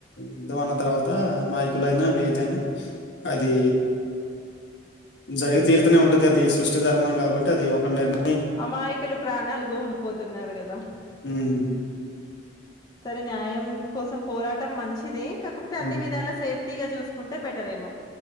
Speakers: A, on the left; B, on the left.
A: యుద్దమన్న తర్వాత అమాయకులయినా ఏదయినా అది జరిగి తీరుతూనే ఉంటది అది సృష్టి ధర్మం కాబట్టి అది ఒకరి నిర్ణ
B: అమాయకులు ప్రాణాలు గోల్పోతున్నరు గదా
A: హ్మ్.
B: సరే న్యాయం కోసం పోరాటం మంచిదీ కాకపోతే అన్ని
A: హ్మ్.
B: విధాల సేఫ్ వట్టిగ చూసుకుంటె బెటర్ ఏమో